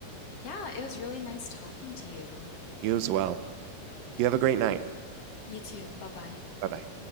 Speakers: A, on the left; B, on the right.
A: Yeah, it was really nice talking to you.
B: You as well. You have a great night.
A: You too. Bye bye.
B: Bye bye.